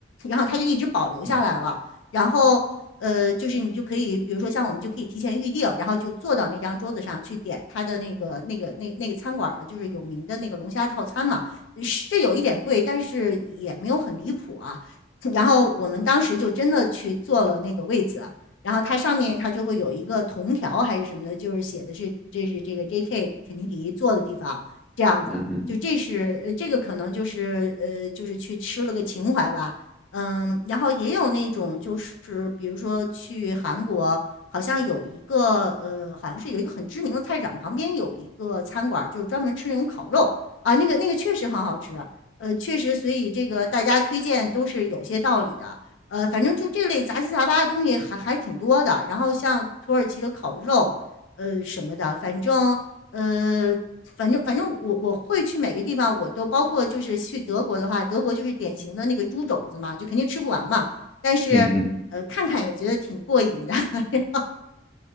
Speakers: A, on the left; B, in the centre.
A: 然后他就一直保留下来了。
B: 嗯
A: 然后呃，就是你就可以，比如说像我们就可以提前预定，然后就坐到那张桌子上去点他的那个那个那那个餐馆的，就是有名的那个龙虾套餐嘛，呃是有一点贵，但是也没有很离谱啊。<laughs> 然后我们当时就真的去坐了那个位子，然后它上面它就会有一个铜条还是什么的，就是写的是这是这个 J.K. 肯尼迪坐的地方，这样子，
B: 嗯嗯
A: 就这是呃这个可能就是呃就是去吃了个情怀吧。嗯，然后也有那种就是比如说去韩国，好像有一个呃，好像是有一个很知名的菜市场旁边有一个餐馆儿就是专门吃那种烤肉啊，那个那个确实很好吃，呃，确实，所以这个大家推荐都是有些道理的。呃，反正就这类杂七杂八的东西还还挺多的。然后像土耳其的烤肉，呃什么的，反正呃。反正反正我我会去每个地方，我都包括就是去德国的话，德国就是典型的那个猪肘子嘛，就肯定吃不完嘛。但是呃，
B: 嗯嗯
A: 看看也觉得挺过瘾的，<laughs>